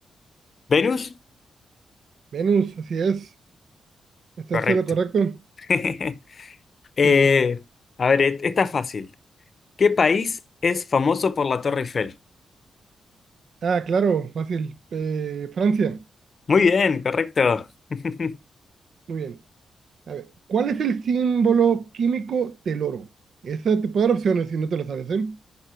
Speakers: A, on the left; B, on the right.
A: ¿Venus?
B: Venus, así es. ¿Estás
A: Correcto.
B: en lo correcto?
A: <laughs> Eh,
B: Sí.
A: a ver, e- esta es fácil. ¿Qué país es famoso por la Torre Eiffel?
B: Ah, claro, fácil. Eh, Francia.
A: Muy bien, correcto. <laughs>
B: Muy bien. A ver, ¿cuál es el símbolo químico del oro? Esa te puedo dar opciones si no te la sabes, ¿eh?